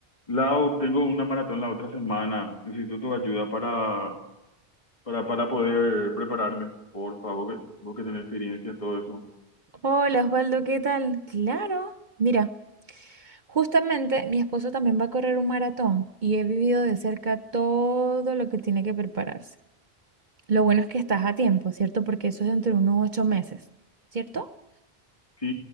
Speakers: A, on the left (about 30°); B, on the right (about 50°).
A: Lau, tengo una maratón la otra semana. Necesito tu ayuda para, para, para poder prepararme. Por favor, que- vos que tenés experiencia en todo eso.
B: Hola Osvaldo, ¿qué tal? Claro, mira, justamente mi esposo también va a correr un maratón y he vivido de cerca todo lo que tiene que prepararse. Lo bueno es que estás a tiempo, ¿cierto? Porque eso es dentro de unos ocho meses, ¿cierto?
A: Sí,